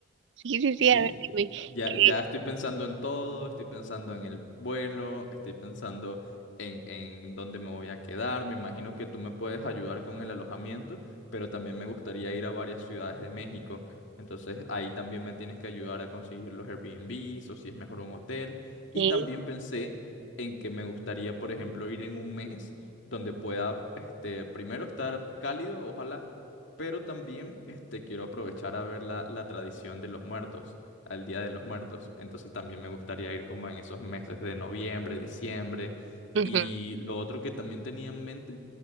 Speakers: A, on the right (about 60°); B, on the left (about 65°).
A: Sí, sí, sí,
B: Sí,
A: a ver, dime.
B: ya,
A: ¿Qué?
B: ya estoy pensando en todo, estoy pensando en el vuelo, estoy pensando en, en dónde me voy a quedar. Me imagino que tú me puedes ayudar con el alojamiento, pero también me gustaría ir a varias ciudades de México. Entonces ahí también me tienes que ayudar a conseguir los Airbnbs o si es mejor un hotel. Y
A: ¿Qué?
B: también pensé en que me gustaría, por ejemplo, ir en un mes donde pueda, este, primero estar cálido, ojalá pero también este, quiero aprovechar a ver la, la tradición de los muertos, al Día de los Muertos. Entonces también me gustaría ir como en esos meses de noviembre, diciembre.
A: Ujú.
B: Y lo otro que también tenía en mente